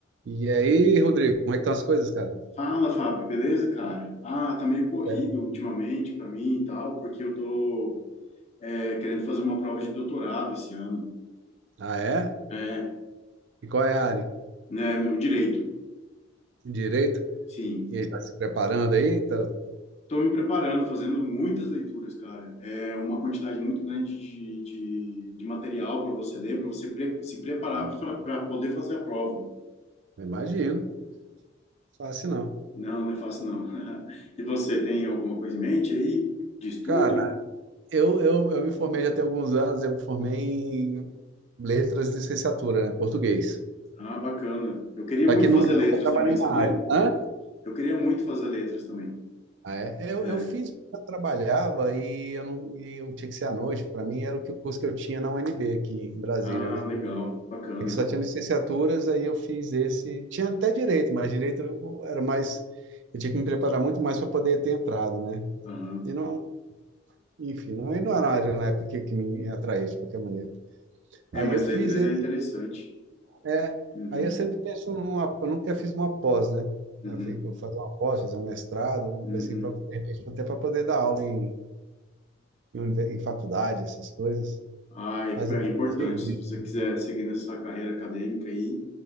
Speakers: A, on the right (about 65°); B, on the left (about 35°).
A: E aí, Rodrigo, como é que estão as coisas, cara?
B: Fala, Fábio, beleza, cara? Ah, tá meio corrido
A: Certo.
B: ultimamente pra mim e tal, porque eu tô é, querendo fazer uma prova de doutorado esse ano,
A: Ah, é?
B: é,
A: E qual é a área?
B: né, no direito,
A: Direito?
B: sim.
A: E aí, tá se preparando aí? Tá...
B: Tô me preparando, fazendo muitas leituras, cara. É uma quantidade muito grande de, de, de material para você ler, para você pre- se preparar
A: Eu
B: para poder fazer a prova.
A: Imagino. Fácil não.
B: Não, não é fácil, não. <laughs> E você tem alguma coisa em mente aí de estudo?
A: Cara, eu, eu, eu me formei já tem alguns anos, eu me formei em letras de licenciatura, né? Português.
B: Ah, bacana. Eu queria muito
A: Só que não,
B: fazer
A: eu
B: letras
A: nunca trabalhei
B: também, sabia?
A: na área. Hã?
B: Eu queria muito fazer letras também.
A: Ah, é? Eu,
B: É.
A: eu fiz, porque eu trabalhava e eu, não, e eu tinha que ser à noite, para mim era o que o curso que eu tinha na UNB aqui em Brasília,
B: Ah,
A: né?
B: legal, bacana.
A: É que só tinha licenciaturas, aí eu fiz esse. Tinha até direito, mas direito eu- era mais. Eu tinha que me preparar muito mais para poder ter entrado, né?
B: Aham.
A: E não, enfim, não, e não era uma área na época que, que me atraía de qualquer maneira.
B: É,
A: Aí
B: mas
A: eu fiz
B: letras
A: esse.
B: é interessante.
A: É,
B: Uhum,
A: aí eu sempre penso numa. Eu nunca fiz uma pós, né?
B: uhum,
A: Eu fico fazer uma pós, fazer um mestrado, alguma
B: uhum.
A: coisa assim, pra, de repente, até para poder dar aula em, em, univer- em faculdade, essas coisas.
B: Ah, é,
A: Mas
B: pra-
A: eu
B: é importante.
A: não fiz
B: Se
A: isso.
B: você quiser seguir nessa carreira acadêmica aí,